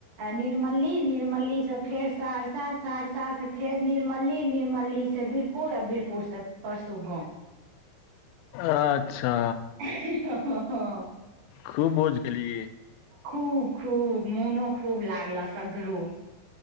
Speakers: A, on the right; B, on the left.
A: निरमली निर्मलीसँ फेर सहरसा सहरसासँ फेर निरमली निर्मलीसँ पूरा बीरपुरसँ परसू गाँव
B: अच्छा
A: हँ ह ह
B: खूब बोझ खेलियै
A: खूब खूब मोनो खूब लागल सगरो